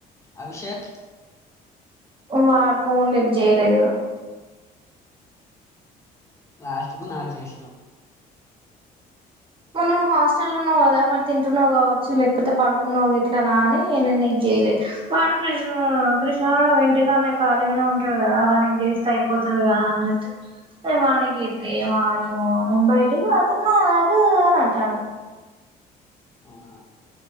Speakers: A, on the left (about 15°); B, on the right (about 30°).
A: అభిషేక్
B: వాడు ఫోన్ లిప్ చేయలేదు
A: లాస్ట్ కు నాకు చేసినావు
B: మన్ను హాస్టల్ ఉన్నావు కదా మరి తింటున్నావు కావచ్చు లేకపోతే పడుకున్నావు ఇట్ల నా అని నేన్నకు చేయలేదు వాడు కృష్ణ కృష్ణవాడు ఇంటికా నా కాలీగానే ఉంటాడు కదా వా నీకు చేస్తే అయిపోతుదిగా అన్నట్టు వానకి ఇస్త ఏ వాడేమో నేను బయటికి పోతున్నా ఊ అంటాడు
A: అవునా